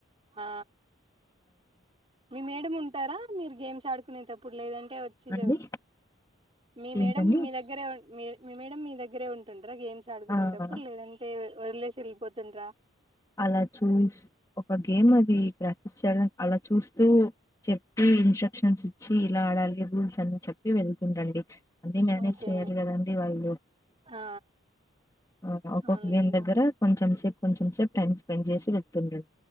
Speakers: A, on the right; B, on the left.
A: ఆ మీ మేడమ్ ఉంటారా మీరు గేమ్స్ ఆడుకునేంతప్పుడు లేదం టే వచ్చి
B: అండి
A: మీ
B: ఏంటండి
A: మేడం మీ దగ్గరే మీ మేడం మీ దగ్గరే ఉంట టర గేమ్స్ ఆడుకునేప్పుడు
B: ఆ
A: లేదంటే వదిలేసి వెళ్ళిపోతున్రా
B: అలా చూస్ ఒక గేమ్ అది ప్రాక్టీస్ చేయాలని అలా చూస్తూ చెప్పి ఇన్స్ట్రక్షన్స్ ఇచ్చి ఇలా ఆడాలి <unintelligible> అన్ని చెప్పి వెళ్తుండండి అన్నీ మేనేజ్
A: ఓకే
B: చేయాలి కదండి వాళ్ళు
A: ఆ
B: ఆ ఒక్కొక్క
A: అవునులేండి
B: గేమ్ దగ్గర కొంచెం సేపు కొంచెం సేపు టైమ్ స్పెండ్ చేసి వెళ్తుండది